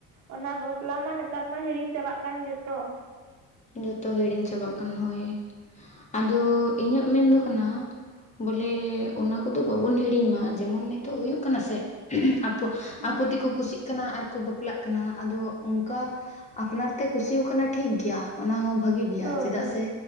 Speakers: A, on the right (about 55°); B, on the left (about 20°).
A: ᱚᱱᱟ ᱵᱟᱯᱞᱟ ᱢᱟ ᱱᱮᱛᱟᱨ ᱢᱟ ᱦᱤᱲᱤᱧ ᱪᱟᱵᱟᱜ ᱠᱟᱱ ᱡᱚᱛᱚ᱾
B: ᱡᱚᱛᱚ ᱦᱤᱲᱤᱧ ᱪᱟᱵᱟᱜ ᱠᱟᱱ ᱦᱳᱭ, ᱟᱫᱚ ᱤᱧᱟᱹᱜ ᱢᱮᱱ ᱫᱚ ᱠᱟᱱᱟ᱾ ᱵᱚᱞᱮ ᱚᱱᱟ ᱠᱚᱫᱚ ᱵᱟᱵᱚᱱ ᱦᱤᱲᱤᱧ ᱢᱟ, ᱡᱮᱢᱚᱱ ᱱᱤᱛᱚᱜ ᱦᱩᱭᱩᱜ ᱠᱟᱱᱟ ᱥᱮ? ᱟᱯᱳ
A: ᱦᱩᱸ
B: ᱟᱠᱚᱛᱮ ᱠᱚ
A: ᱦᱩᱸ
B: ᱠᱩᱥᱤᱜ ᱠᱟᱱᱟ ᱟᱨ ᱠᱚ ᱵᱟᱯᱞᱟᱜ ᱠᱟᱱᱟ ᱟᱫᱚ ᱚᱝᱠᱟ ᱟᱯᱱᱟᱨ ᱛᱮ ᱠᱩᱥᱤᱣᱚ ᱠᱟᱱᱟᱭ ᱴᱷᱤᱠ ᱜᱮᱭᱟ᱾ ᱚᱱᱟ ᱦᱚᱸ ᱵᱷᱟᱜᱮ ᱜᱮᱭᱟ
A: ᱦᱳᱭ
B: ᱪᱮᱫᱟᱜ
A: ᱦᱳᱭ
B: ᱥᱮ?